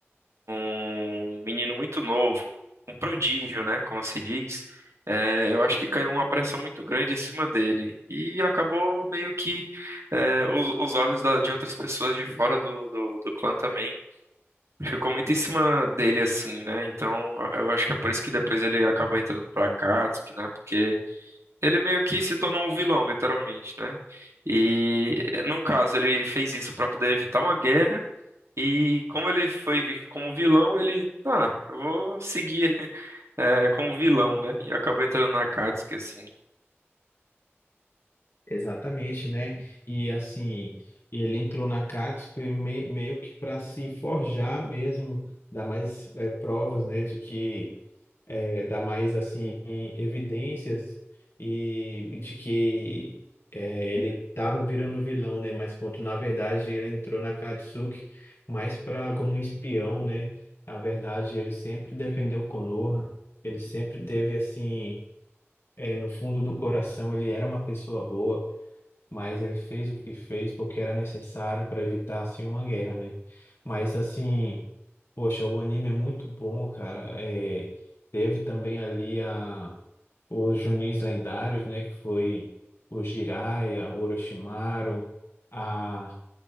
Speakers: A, on the right; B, on the left.
A: um menino muito novo, um prodígio, né? Como se diz, é, eu acho que caiu uma pressão muito grande em cima dele. E acabou meio que é, os, os olhos da- de outras pessoas de fora do, do do clã também Ficou muito em cima dele, assim, né? Então, eu acho que é por isso que depois ele acaba entrando pra Akatsuki, né? Porque ele meio que se tornou um vilão, literalmente, né? E, no caso, ele fez isso pra poder evitar uma guerra. E como ele foi visto como vilão, ele, tá, eu vou seguir <laughs> é, como vilão, né? E acabou entrando na Akatsuki, assim.
B: Exatamente, né? E assim, ele entrou na Katsuki me- meio que para se forjar mesmo, dar mais eh, provas, né, de que é, dar mais assim evidências e de que é, ele estava virando vilão, né? Mas quando na verdade ele entrou na Katsuki mais para como espião, né? Na verdade ele sempre defendeu Konoha, ele sempre teve assim é, no fundo do coração ele era uma pessoa boa, mas ele fez o que fez porque era necessário para evitar assim uma guerra, né? Mas assim Poxa, o anime é muito bom, cara. É, teve também ali a, os Junins lendários, né? Que foi o Jiraiya, o Orochimaru, a,